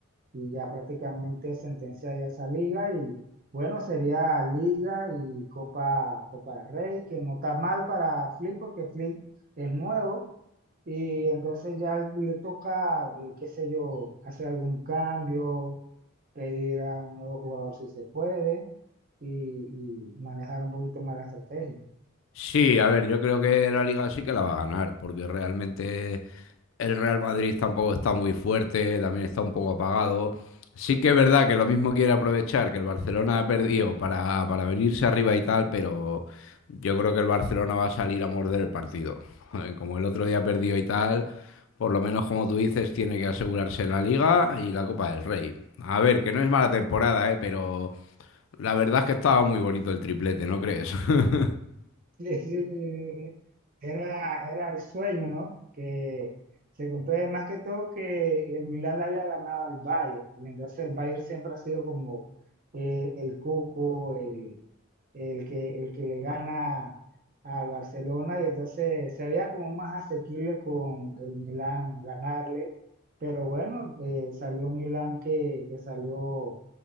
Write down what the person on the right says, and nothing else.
y ya prácticamente sentencia ya esa liga y bueno, sería Liga y Copa, Copa del Rey, que no está mal para Flick porque Flick es nuevo y entonces ya le toca, eh, qué sé yo, hacer algún cambio, pedir a un nuevo jugador si se puede y, y manejar un poquito más la estrategia.
<laughs> Sí, sí, Era, era el sueño, ¿no? Que se cumple más que todo que el Milan le había ganado al Bayern, y entonces el Bayern siempre ha sido como eh, el cuco, el, el que, el que le gana al Barcelona, y entonces se veía como más asequible con el Milan ganarle, pero bueno, eh, salió un Milan que, que salió